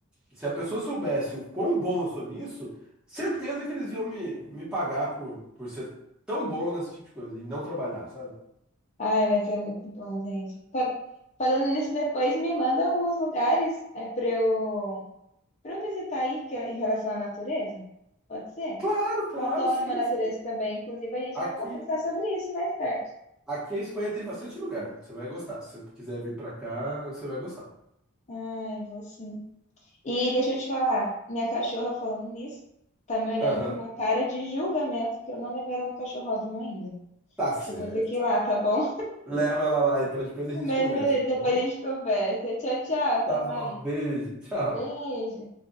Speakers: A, in the centre; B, on the left.
A: Se a pessoa soubesse o quão bom eu sou nisso, certeza que eles iam me, me pagar por, por ser tão bom nesse tipo de coisa e não trabalhar, sabe?
B: ai, mas é muito bom, gente. Fa- Falando nisso, depois me manda alguns lugares é para eu Para visitar aí, que é em relação à natureza? Pode ser?
A: Claro, claro,
B: Eu adoro
A: sim,
B: uma natureza
A: sim.
B: também. Inclusive, a gente
A: Aqui,
B: vai conversar sobre isso mais tarde.
A: aqui a Espanha tem bastante lugar. Você vai gostar. Se você quiser vir pra cá, você vai gostar.
B: Ai, vou sim. E deixa eu te falar, minha cachorra falando nisso, tá me olhando
A: Aham.
B: com uma cara de julgamento que eu não levei ela no cachorródromo ainda.
A: Tá certo.
B: Eu vou ter que ir lá, tá bom?
A: Leva ela lá, então depois
B: <laughs>
A: a gente
B: Mas
A: conversa,
B: beleza,
A: tá
B: depois
A: bom?
B: a gente conversa. Tchau, tchau, até
A: Tá
B: mais.
A: bom, beijo, tchau.
B: Beijo.